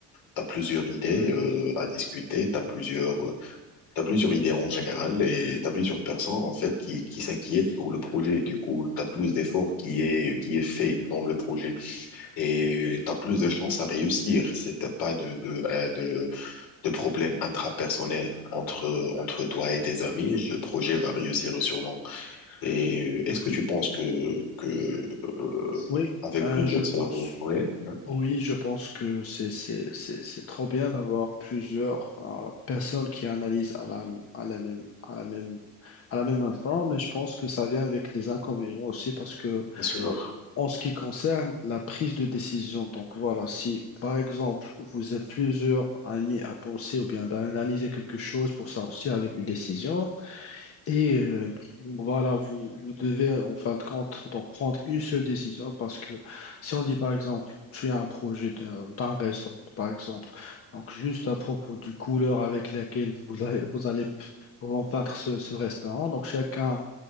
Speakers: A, on the left (about 60°); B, on the left (about 35°).
A: T'as plusieurs idées euh, à discuter, t'as plusieurs, euh, t'as plusieurs idées en général et t'as plusieurs personnes en fait qui, qui s'inquiètent pour le projet. Du coup, t'as plus d'efforts qui est qui est fait dans le projet et t'as plus de chances à réussir. C'était pas de de euh, de, de problèmes intrapersonnels entre entre toi et tes amis. Le projet va réussir sûrement. Et euh, est-ce que tu penses que que euh,
B: Oui,
A: avec
B: euh,
A: plusieurs
B: je pense.
A: cerveaux, oui, hein,
B: Oui, je pense que c'est c'est c'est c'est trop bien d'avoir plusieurs euh, personnes qui analysent à la à la même à la même à la même instant, mais je pense que ça vient avec des inconvénients aussi parce que
A: bien sûr,
B: en ce qui concerne la prise de décision, donc voilà, si par exemple vous êtes plusieurs amis à penser ou bien d'analyser quelque chose pour sortir avec une décision. Et euh, voilà, vous, vous devez en fin de compte donc prendre une seule décision parce que si on dit par exemple, tu as un projet d'un d'un restaurant, par exemple, donc juste à propos du couleur avec laquelle vous allez, vous allez p- vous peindre ce, ce restaurant, donc chacun